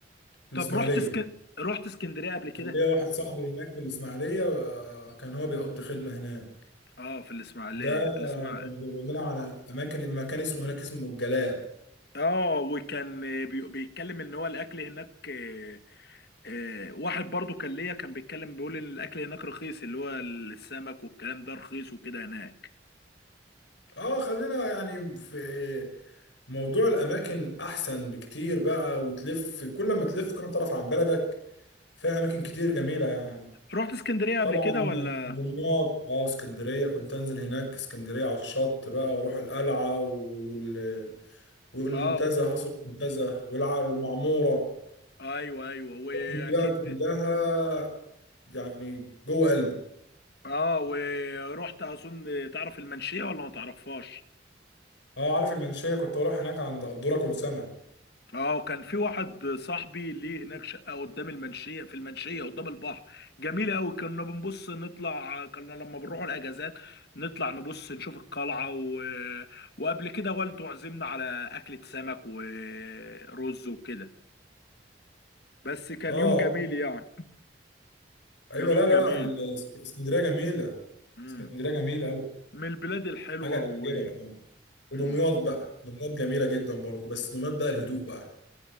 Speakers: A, on the left; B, on the left.
A: الاسماعيليه
B: طب رحت اسكن رحت اسكندريه قبل كده
A: كان ليا واحد صاحبي هناك في الاسماعيليه آه، كان هو بيقضي خدمه هناك
B: اه في الاسماعيليه
A: ده
B: الاسماعيليه
A: آه، كان بيقول لنا على اماكن المكان اسمه هناك اسمه الجلاء
B: اه وكان بي- بيتكلم ان هو الاكل هناك آه، آه، واحد برضو كان ليا كان بيتكلم بيقول ان الاكل هناك رخيص اللي هو السمك والكلام ده رخيص وكده هناك
A: اه خلينا يعني في موضوع الاماكن احسن بكتير بقى وتلف كل ما تلف كل ما تعرف عن بلدك فيها اماكن كتير جميله يعني
B: رحت اسكندريه قبل
A: طبعا
B: كده ولا
A: دمياط اه اسكندريه كنت انزل هناك اسكندريه على الشط بقى واروح القلعه وال... والمنتزه
B: اه
A: قصر المنتزه والع... والمعموره
B: ايوه ايوه واكيد
A: كنت بقى كلها يعني جوه قلبي
B: اه ورحت اظن تعرف المنشيه ولا ما تعرفهاش
A: اه عارف المنشيه كنت بروح هناك عند قدوره كل سمك
B: اه وكان في واحد صاحبي ليه هناك شقه قدام المنشيه في المنشيه قدام البحر جميله قوي كنا بنبص نطلع كنا لما بنروح الاجازات نطلع نبص نشوف القلعه و... وقبل كده والده عزمنا على اكله سمك ورز وكده بس كان
A: اه
B: يوم جميل
A: آه.
B: يعني
A: ايوه
B: كان يوم
A: لا لا
B: جميل
A: لا ال- اسكندريه جميله
B: مم.
A: اسكندريه جميله قوي
B: من البلاد الحلوه
A: حاجه تعجبك
B: و
A: يعني ودمياط
B: مم.
A: بقى دمياط جميلة جدا برضو بس دمياط بقى الهدوء بقى